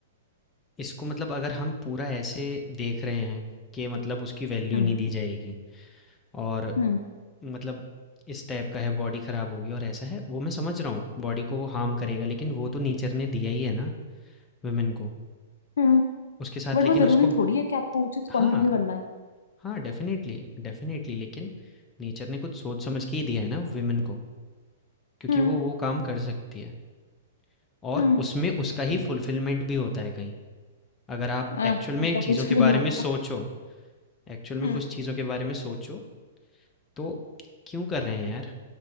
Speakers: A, on the left; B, on the left.
A: इसको मतलब अगर हम पूरा ऐसे देख रहे हैं कि मतलब उसकी वैल्यू
B: हम्म
A: नहीं दी जाएगी और
B: हम्म
A: मतलब इस टाइप का है बॉडी खराब होगी और ऐसा है वो मैं समझ रहा हूँ बॉडी को वो हार्म करेगा लेकिन वो तो नेचर ने दिया ही है ना वुमेन को
B: हम्म
A: उसके साथ
B: बट
A: लेकिन
B: वो जरूरी
A: उसको
B: थोड़ी है कि आपको वो चीज
A: हाँ
B: कंटिन्यू करना है
A: हाँ डेफिनेटली डेफिनेटली लेकिन नेचर ने कुछ सोच समझ के ही दिया है ना वुमेन को क्योंकि
B: हम्म
A: वो वो काम कर सकती है और
B: हम्म
A: उसमें उसका ही
B: राइट
A: फुलफिलमेंट भी होता है कहीं अगर आप
B: आह,
A: एक्चुअल में
B: ऐसा
A: चीज़ों
B: कुछ
A: के
B: <laughs> नहीं
A: बारे
B: होता
A: में सोचो एक्चुअल में
B: हम्म
A: कुछ चीज़ों के बारे में सोचो तो क्यों कर रहे हैं यार?